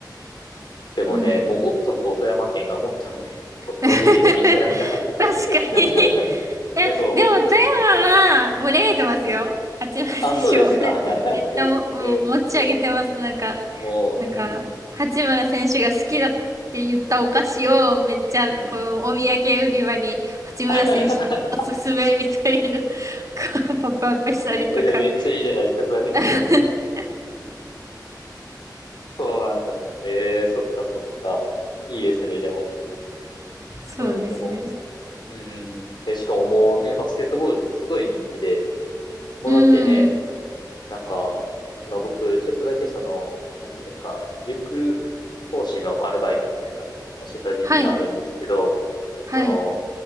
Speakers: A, on the left; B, on the right.
A: でもね、
B: うん
A: もうもっとこう、富山県がもっとね、<laughs> こう盛り上げてもいいんじゃないかなって。
B: <laughs> 確かに
A: <laughs>
B: いや、
A: で、そう、
B: でも富山は憂えてますよ。
A: 本当に。うん。
B: 八幡選手を
A: あ、そうですか。
B: <laughs> めめっちゃも、
A: <laughs>
B: もう持ち上げてます。
A: えもうね、
B: なんか、
A: もう、
B: なんか、
A: うん。
B: 八村選手が好きだって言ったお菓子をめっちゃ、
A: うん
B: このお土産売り場に八村選手おすすめみたいな、
A: <laughs>
B: こうポップアップしたりとか。
A: え、でもめっちゃいいじゃないですか、それ。<laughs>
B: <laughs>
A: そうなんだ。えー、そっかそっか。いいですね、でも。
B: そうですね。
A: そう、でも、うん。で、しかももうね、バスケットボールとかすごい人気で、もうだってね、
B: うんうんうん。
A: なんか、その僕、ちょっとだけその、なんていうんですか、塾講師のアルバイトみたいな、をしてた時期があるんですけど、
B: はい。はい。
A: その、